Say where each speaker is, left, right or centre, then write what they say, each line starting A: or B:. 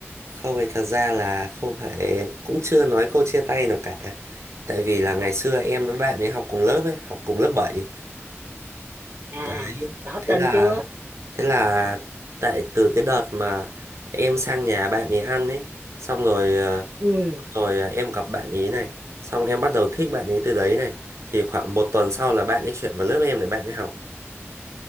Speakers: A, on the right (about 80°); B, on the right (about 65°).
A: không thì thật ra là không phải cũng chưa nói câu chia tay nào cả tại vì là ngày xưa em với bạn ấy học cùng lớp ấy học cùng lớp bảy
B: à
A: đấy
B: tỏ
A: thế
B: tình
A: là
B: chưa
A: thế là tại từ cái đợt mà em sang nhà bạn ấy ăn ấy xong rồi ờ,
B: ừ
A: Rồi à, em gặp bạn ý này, xong em bắt đầu thích bạn ý từ đấy này, thì khoảng một tuần sau là bạn ấy chuyển vào lớp em để bạn ấy học.